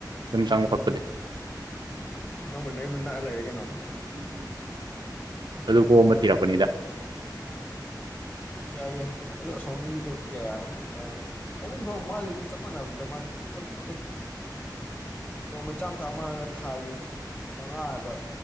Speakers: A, on the right; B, on the left.
A: ꯌꯨꯝ ꯆꯪꯕ ꯈꯣꯠꯄꯗꯤ
B: ꯅꯪꯕꯨ ꯅꯌꯨꯝꯁꯨ ꯅꯛꯑ ꯂꯩꯔꯦ ꯀꯩꯅꯣ
A: ꯎꯝ ꯑꯗꯨ ꯀꯣꯝꯕ ꯊꯤꯔꯛꯄꯅꯤꯗ
B: ꯌꯥꯏ ꯌꯥꯏ ꯑꯗꯨ ꯑꯁꯣꯝꯒꯤꯗꯨ ꯀꯌꯥꯅꯣ ꯁꯣꯝꯒꯤꯁꯨ ꯐꯥꯎꯕ ꯃꯥꯁꯨ ꯑꯗꯨꯝ ꯆꯞ ꯃꯥꯟꯅꯕꯅꯤꯗ ꯃꯥ ꯇꯔꯨꯛ ꯆꯠꯇꯦ ꯅꯣꯡꯃꯩ ꯆꯥꯝ ꯆꯥꯝꯃꯒ ꯊꯥꯒꯤ ꯃꯉꯥ ꯍꯥꯏꯕ